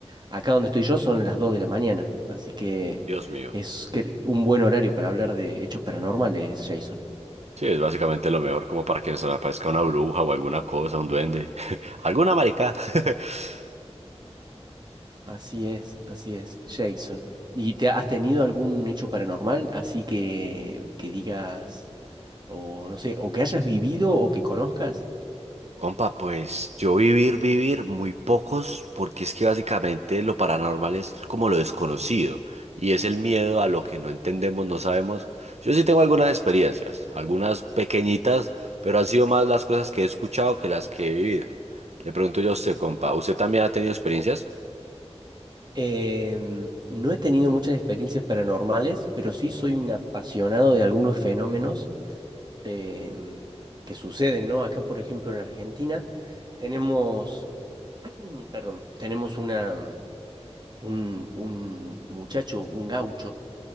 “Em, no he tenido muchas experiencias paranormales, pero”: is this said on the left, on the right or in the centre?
Right